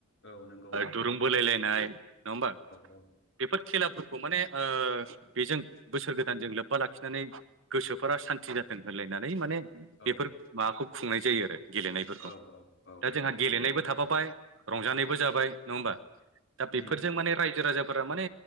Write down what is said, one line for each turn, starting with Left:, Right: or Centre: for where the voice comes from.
Left: औ नोंगौ।
Right: दुरूंबोलाय लायनाय नङा होमबा?
Left: औ
Right: बेफोर खेलाफोरखौ माने ओ बेजों बोसोर गोदानजों लोब्बा लाखिनानै गोसोफोरा सान्ति जाथों होनलायनानै माने
Left: औ
Right: बेफोर माबाखौ खुंनाय जायो आरो गेलेनायफोरखौ
Left: औ औ
Right: दा जोंहा गेलेनायबो थाफाबाय रंजानायबो जाबाय नङा होमबा? दा बेफोरजों
Left: उम
Right: माने रायजो राजा फोरा माने